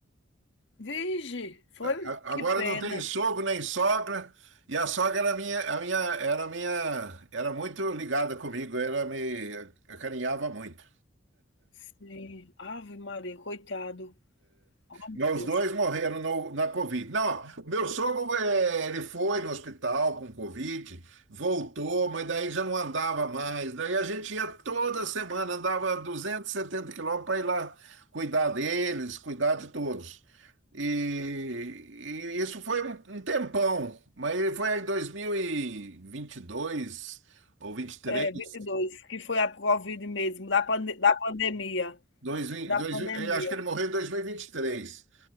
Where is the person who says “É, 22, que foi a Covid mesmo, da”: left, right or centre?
Left